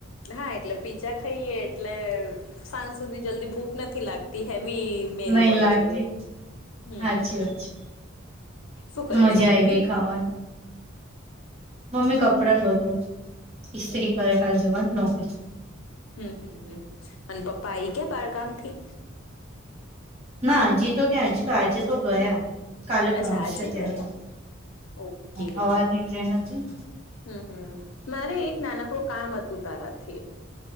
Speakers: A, on the left; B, on the right.
A: હા એટલે પીજા ખઇએ એટલે સાંજ સુધી જલ્દી ભૂખ નથી લાગતી હેવી મેલ
B: નહી
A: હોય
B: લાગતી
A: છે.
B: સાચી
A: હમ્મ
B: વાત છે.
A: શું કરે
B: મજા
A: છે મમ્મી.
B: આઈ ગઈ ખાવાની મમ્મી કપડા ને બધું ઈસ્ત્રી
A: હમ
B: કરે ક જવા નોકરી
A: હમ હમ હમ અને પપ્પા આઈ ગયા બાારગામ થી
B: ના હજી તો ક્યા હજી તો આજે તો ગયા. કાલે પહોંચશે
A: અચ્છા આજે
B: ત્યાંગાળ
A: ગયા ઓકે
B: હવારની ટ્રેન હતી ને
A: હમ હમ મારે એક નાનકડું કામ હતું તારાથી